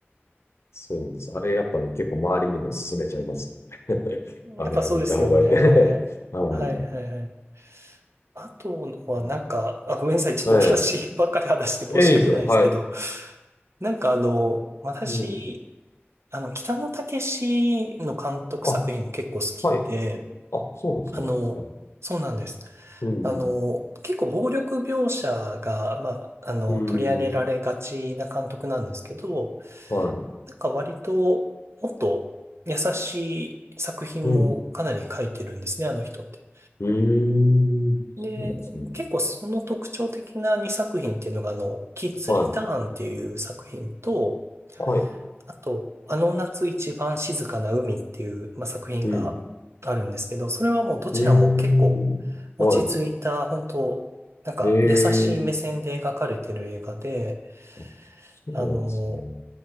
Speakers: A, on the left; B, on the right.
A: そうなんです。あれやっぱね結構周りにも勧めちゃいますね。<laughs> あれは見た方がいい。
B: やっぱそうですよね。
A: <laughs> はい。
B: はい、はい、はい。あとはなんか、
A: うん
B: あ、ごめんなさい。ちょっと私ばっかり話して申し訳ないですけど、
A: はい。え、いいですよ。はい。
B: なんかあの、私、
A: うん。
B: あの、北野武の監督作品も結構好きで、
A: あ、はい。あ、そうなんですね。
B: あの、
A: うん。
B: そうなんです。
A: うん。
B: あの、結構暴力描写が、まあ、あの、
A: うん。
B: 取り上げられがちな監督なんですけど、
A: はい。
B: なんか割ともっと優しい作品もかなり書いてるんですね、
A: うん。
B: あの人って。
A: うーん。
B: で、
A: そうなんですね。
B: 結構その特徴的な2作品っていうのが、あの、キッズリターンっていう作品と、
A: はい。はい。
B: あと、あの夏一番静かな海っていう、まあ、作品があるんですけど、
A: うん。
B: それはもうどちらも結構落ち着いた、
A: うーん。はい。
B: 本当なんか優しい目線で描かれてる映画で、
A: ええ。あ、そうなんですね。
B: あの、